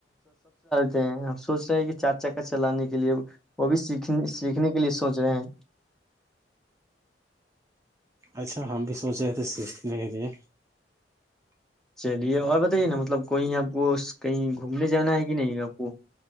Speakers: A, in the centre; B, on the right (about 15°).
A: تے ہیں ہم سوچ رہے ہیں کہ چار چکر چلانے کے لیے وہ بھی سیکھنے سیکھنے کے لیے سوچ رہے ہیں
B: اچھا ہم بھی سوچ رہے تھے سیک نہیںے
A: چلیے اور بتائیے نا مطلب کوئی آپ کو کہیں گھومنے جانا ہے کہ نہیں آپ کو